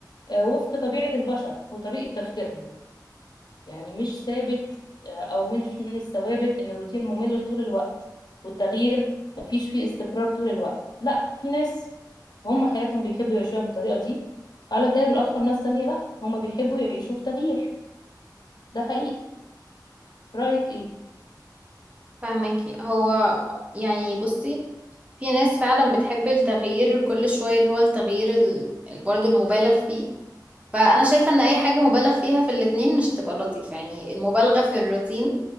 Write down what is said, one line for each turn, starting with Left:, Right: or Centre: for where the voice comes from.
Left: آه، وفق طبيعة البشر وطريقة تفكيرهم يعني مش ثابت آه، او مش من الثوابت ان الروتين ممل طول الوقت والتغيير مفيش فيه استقرار طول الوقت لا في ناس هم حياتهم بيحبوا يعيشوها بالطريقة دي على الجانب الآخر ناس تانية لا هم بيحبوا يعيشوا في تغيير ده حقيقي رأيك ايه
Right: فاهمكي هو يعني بصي في ناس فعلا بتحب التغيير كل شوية اللي هو التغيير ال- برضه المبالغ فيه فانا شايفة ان اي حاجة مبالغ فيها في الاتنين مش هتبقى لطيفة يعني المبالغة في الروتين